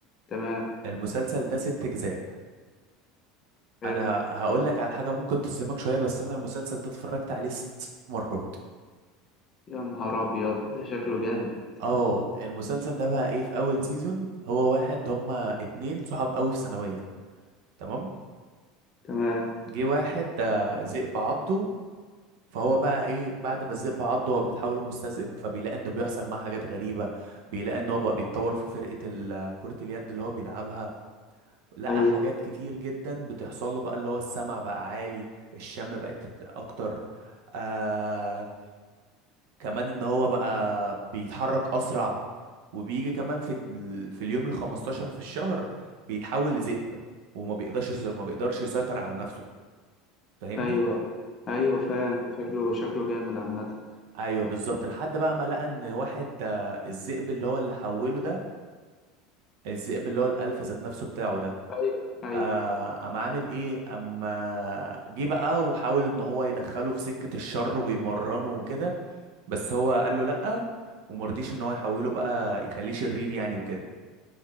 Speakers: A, on the left; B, on the right.
A: تمام
B: المسلسل ده ست اجزاء
A: حلو
B: انا هقول لك على حاجة ممكن تصدمك شوية بس انا المسلسل ده اتفرجت عليه ست مرات
A: يا نهار ابيض ده شكله جامد
B: اه المسلسل ده بقى ايه في اول سيزون هو واحد هما اتنين صحاب قوي في ثانوية تمام
A: تمام
B: جه واحد ده ذئب عضه فهو بقى ايه بعد ما الذئب عضه هو بيتحول لمستذئب فبيلاقي انه بيحصل معاه حاجات غريبه بيلاقي ان هو بقى بيتطور في فرقه ال- كره اليد اللي هو بيلعبها لقى
A: ايوه
B: حاجات كتير جدا بتحصل له بقى اللي هو السمع بقى عالي الشم بقت اكتر آه كمان ان هو بقى بيتحرك اسرع وبيجي كمان في ال- في اليوم ال 15 في الشهر بيتحول لذئب وما بيقدرش ما بيقدرش يسيطر على نفسه فاهمني
A: ايوه ايوه فاهم شكله شكله جامد عامة
B: ايوه بالظبط لحد بقى ما لقى ان واحد آه، الذئب اللي هو اللي حوله ده الذئب اللي هو الالفا ذات نفسه بتاعه ده
A: ايوه ايوه
B: آه، قام عامل ايه اما جه بقى وحاول ان هو يدخله في سكة الشر ويمرنه وكده بس هو قال له لأ ومرضيش ان هو يحوله بقى يخليه شرير يعني وكده